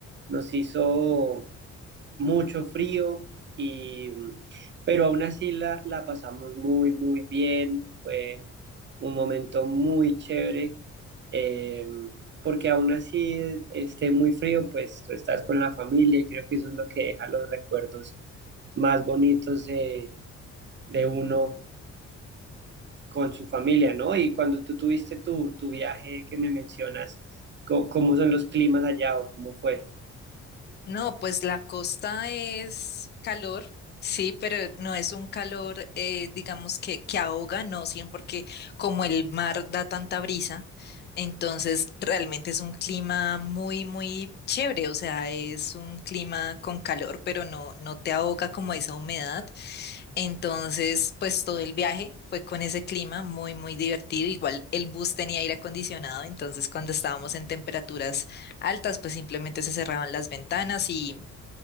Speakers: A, on the right; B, on the left.
A: nos hizo mucho frío, y, pero aún así la, la pasamos muy, muy bien. Fue un momento muy chévere eh, porque aún así eh, esté muy frío, pues tú estás con la familia y creo que eso es lo que deja los recuerdos más bonitos de, de uno con su familia, ¿no? Y cuando tú tuviste tu, tu viaje que me mencionas, co- ¿cómo son los climas allá o cómo fue?
B: No, pues la costa es calor, sí, pero no es un calor, eh, digamos, que, que ahoga, no, sí, porque como el mar da tanta brisa, entonces realmente es un clima muy, muy chévere, o sea, es un clima con calor, pero no, no te ahoga como esa humedad. Entonces, pues todo el viaje fue con ese clima muy, muy divertido. Igual el bus tenía aire acondicionado, entonces cuando estábamos en temperaturas altas, pues simplemente se cerraban las ventanas y,